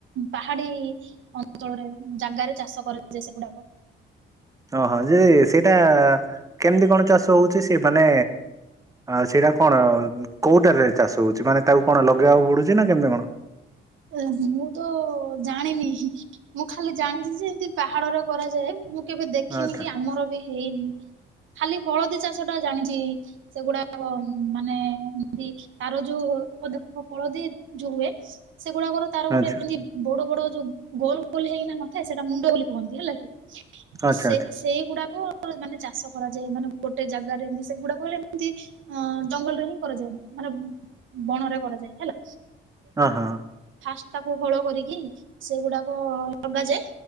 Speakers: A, on the right; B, on the right.
A: ପାହାଡି ଅଞ୍ଚଳରେ ଜାଗାରେ ଚାଷ କରାଯାଏ ସେଗୁଡାକ।
B: ହଁ ହଁ ଯେ ସେଇଟା କେମିତି କଣ ଚାଷ ହୋଉଚି ସେ ପା ମାନେ ଆଁ ସେଇଟା କଣ ଆଉ ଉଁ କୋଉଟାରେ ଚାଷ ହୋଉ ମାନେ ତାକୁ କଣ ଲଗେଇବାକୁ ପଡୁଚି ନା କେମିତି କଣ?
A: ଏନ୍ତି ମୁଁ ତ ଜାଣିନି ମୁଁ ଖାଲି ଜାଣିଚି ଯେ ଏନ୍ତି ପାହାଡରେ କରାଯାଏ ମୁଁ କେବେ ଦେଖିନି
B: ଆଚ୍ଛା
A: କି ଆମର ବି ହେଇନି। ଖାଲି ହଳଦୀ ଚାଷଟା ଜାଣିଛି ସେଗୁଡା଼ ମାନେ ଏମିତି ତାର ଯୋଉ ହଳଦୀ ଯୋଉ ହୁଏ ସେଗୁଡାକର ତାର ଗୋଟେ
B: ଆଚ୍ଛା
A: ଏମତି ବଡ଼ ବଡ଼ ଯୋଉ ଗୋଲ ଗୋଲ ହେଇ ନଥାଏ ସେଟା ମୁଣ୍ଡ ବୋଲି କୁହନ୍ତି ହେଲା କି
B: ଆଚ୍ଛା
A: ସେ
B: ଆଚ୍ଛା
A: ସେଇଗୁଡା଼କୁ ମାନେ ଚାଷ କରାଯାଏ ମାନେ ଗୋଟେ ଜାଗାରେ ଏମିତି ସେଗୁଡାକ ଏମତି ଜଙ୍ଗଲରେ ହିଁ କରାଯାଏ ମାନେ ବଣରେ କରାଯାଏ ହେଲା
B: ହଁ
A: ଫାସ୍ ତାକୁ ଫୋଳ କରିକି ସେଗୁଡାକ ଲଗାଯାଏ